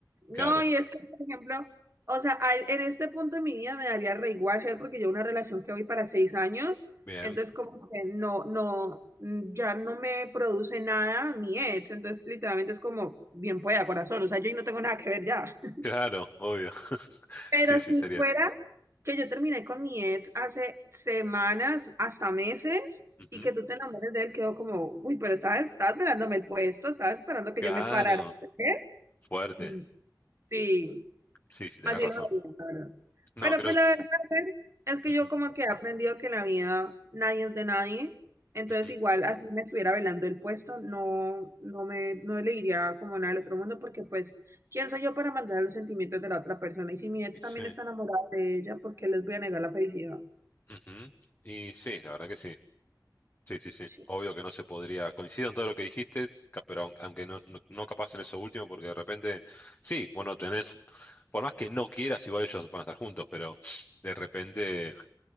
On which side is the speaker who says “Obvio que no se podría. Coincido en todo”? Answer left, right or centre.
Left